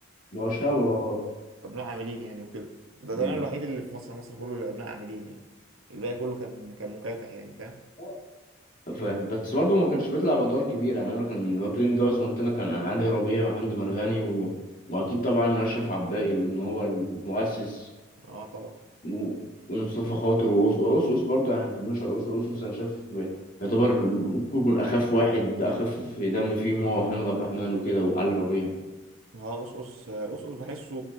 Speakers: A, on the left (about 40°); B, on the right (about 85°).
A: ما هو شبهه آه.
B: ابناء عاملين يعني وكده ده
A: مم.
B: تقريبا الوحيد اللي في مصر مصر كله اللي ابناء عاملين يعني الباقي كله كان كان مكافح يعني فاهم
A: مم. فاهم بس برضه ما كانش بيطلع بأدوار كبيرة يعني أنا كان من الواكلين جوز ما قلت لك أنا علي ربيع وحمدي مرغني و... وأكيد طبعا أشرف عباقي لأن هو المؤسس
B: اه طبعا
A: و... ومصطفى خاطر وأوس أوس أوس برضه يعني ما كملوش على أوس أوس أوس. أنا شايف يعتبر ممكن يكون أخف واحد أخف دم فيهم هو محمد عبد الرحمن وكده وعلي ربيع
B: اه قصقص قصقص بحسه